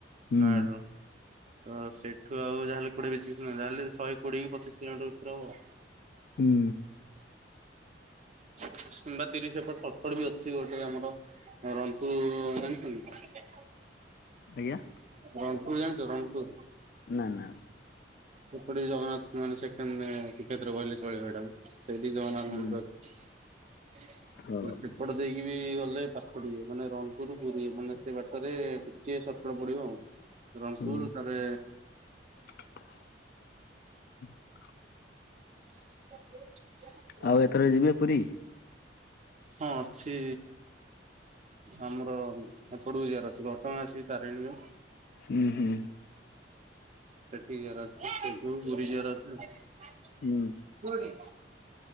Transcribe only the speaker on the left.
ହୁଁ।
ହୁଁ।
ଆଜ୍ଞା।
ନା ନା।
ହୁଁ
ହଉ
ହୁଁ
<inaudible>
ଆଉ ଏଥର ଯିବେ? ପୁରୀ।
ହୁଁ-ହୁଁ।
ହୁଁ